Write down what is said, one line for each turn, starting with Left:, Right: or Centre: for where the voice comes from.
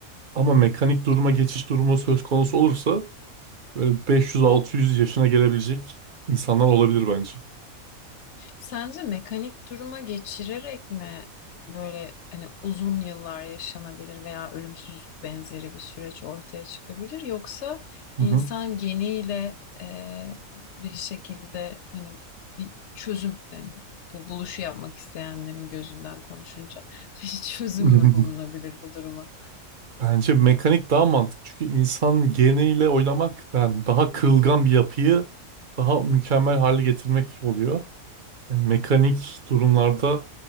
Right: Ama mekanik duruma geçiş durumu söz konusu olursa böyle 500-600 yaşına gelebilecek insanlar olabilir bence.
Left: Sence mekanik duruma geçirerek mi böyle hani uzun yıllar yaşanabilir veya ölümsüzlük benzeri bir süreç ortaya çıkabilir yoksa
Right: Hı
Left: insan
Right: hı.
Left: geniyle e, bir şekilde hani bir çözüm yani bu buluşu yapmak isteyenlerin gözünden konuşunca <laughs> bir çözüm
Right: <laughs>
Left: mü bulunabilir bu duruma?
Right: Bence mekanik daha mantıklı. Çünkü insan geniyle oynamak yani daha kırılgan bir yapıyı daha mükemmel hale getirmek oluyor. Yani mekanik durumlarda